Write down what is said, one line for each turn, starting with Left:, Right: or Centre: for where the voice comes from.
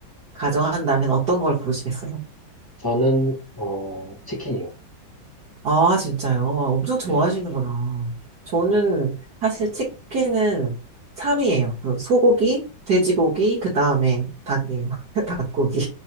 Right: 가정한다면 어떤 걸 고르시겠어요?
Left: 저는 어, 치킨이요.
Right: 아, 진짜요? 아, 엄청 좋아하시는구나.
Left: 네.
Right: 저는
Left: 어,
Right: 사실 치킨은 3위예요. 소고기, 돼지고기, 그 다음에 닭이에요. <laughs> 닭고기.